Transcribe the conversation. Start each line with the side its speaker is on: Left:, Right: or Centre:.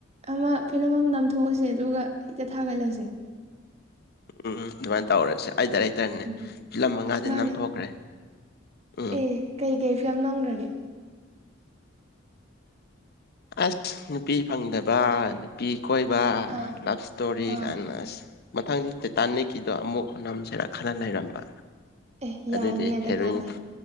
Right: ꯑꯃ ꯐꯤꯂꯝ ꯑꯃ ꯅꯥꯝꯊꯣꯛꯑꯁꯦ ꯑꯗꯨꯒ ꯍꯦꯛꯇ ꯊꯥꯒꯠꯂꯁꯦ
Left: ꯎꯝ ꯑꯗꯨꯃꯥꯏꯅ ꯇꯧꯔꯁꯦ ꯑꯩ ꯗꯥꯔꯦꯛ ꯇꯔꯅꯦ
Right: ꯎꯝ
Left: ꯐꯤꯂꯝ ꯃꯉꯥꯗꯤ
Right: ꯃꯥꯅꯦ
Left: ꯅꯝꯊꯣꯛꯈ꯭ꯔꯦ ꯎꯝ
Right: ꯑꯦ ꯀꯩ ꯀꯩ ꯐꯤꯂꯝ ꯅꯝꯈ꯭ꯔꯒꯦ
Left: ꯑꯁ ꯅꯨꯄꯤ ꯐꯪꯗꯕ ꯅꯨꯄꯤ ꯀꯣꯏꯕ
Right: ꯑꯥ
Left: ꯂꯞ ꯏꯁꯇꯣꯔꯤ
Right: ꯑꯥ
Left: ꯀꯥꯏꯅ ꯑꯁ ꯃꯊꯪꯗꯤ ꯇꯥꯅꯤꯛꯀꯤꯗꯣ ꯑꯃꯨꯛ ꯅꯝꯁꯤꯔ ꯈꯂ ꯂꯩꯔꯝꯕ
Right: ꯑꯦ ꯌꯥꯏꯅꯦ
Left: ꯑꯗꯨꯗꯤ
Right: ꯇꯥꯏꯇꯥꯅꯤꯛ
Left: ꯍꯦꯔꯣꯏꯟ